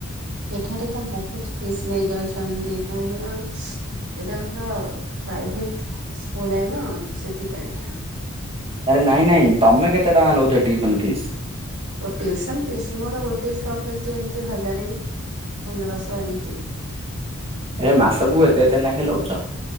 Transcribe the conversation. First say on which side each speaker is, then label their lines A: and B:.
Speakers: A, on the right; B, on the right.
A: ଏଠାରେ ତ ବହୁତ ଫିସ୍ ନେଇ ଯାଉଛନ୍ତି କାହିଁକି ନା। ଏଇଟା ପୁରା ପ୍ରାଇଭେଟ ସ୍କୁଲ ଏ ନା ସେଥିପାଇଁ।
B: ଆରେ ନାଇଁ ନାଇଁ ତମେ କେତେ ଟଙ୍କା ନଉଚ ଟିଉସନ ଫିସ୍?
A: ଓ ଟିଉସନ ଫିସ୍ ମୋର ଗୋଟେ ଛୁଆ ପ୍ରତି ଏମିତି ହଜାରେ। ପନ୍ଦରଷ ଏମିତି।
B: ଏ ମାସକୁୁ ଏତେ ଏତେ ନେଖେ ନଉଚ?